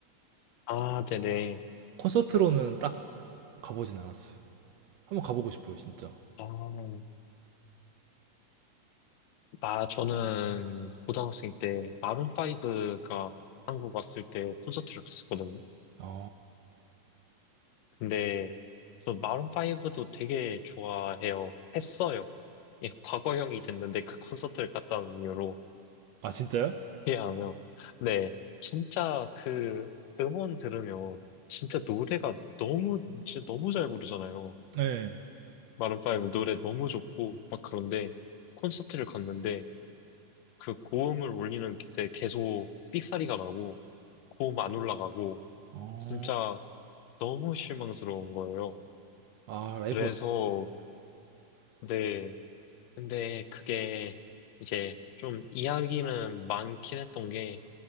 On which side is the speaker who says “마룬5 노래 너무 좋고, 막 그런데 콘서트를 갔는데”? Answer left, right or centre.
Left